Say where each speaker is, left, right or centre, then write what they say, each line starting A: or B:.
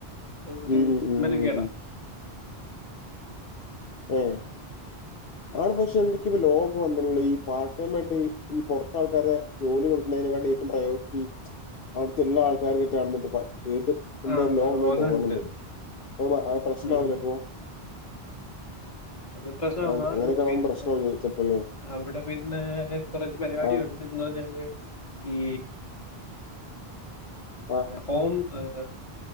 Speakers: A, on the left (about 30°); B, on the left (about 65°).
A: ഒരു
B: ഉം, ഉം, ഉം,
A: മെനക്കേടാ
B: ഉം, ഉം, ഉം. ഏഹ് അവടെ പഷെ എന്തൊക്കെ ലോക് വന്ന്ട്ട്ള്ള ഈ പാർട്ട് ടൈമായിട്ട് ഈ പൊർത്താൾക്കാരെ ജോലി കൊട്ക്കെന്നേനെക്കാട്ടി ഏറ്റവും പ്രയോർറ്റി അവിട്ത്ത്ള്ളാൾക്കാർക് കെറ്റ്ണ കേട്ട് എന്താ
A: ആഹ്
B: ലോൺ
A: ആഹ്
B: എന്ന
A: അതുണ്ട്.
B: തോന്ന്ൺണ്ട് അപ്പൊ പ്രശ്നവൂലപ്പൊ
A: ഉം അത് പ്രസമാണ്
B: ആഹ് അങ്ങനെയൊക്കെ ആകുമ്പോ
A: പിന്നെ
B: പ്രശ്നാവും ചെലപ്പല്ലേ
A: അവടെ പിന്നെ കൊറച്ച് പരിപാടിയുണ്ട്
B: ആഹ്
A: എന്തൊച്ചാല് ഈ
B: ആഹ്
A: ഹോം ഏഹ് ഏഹ്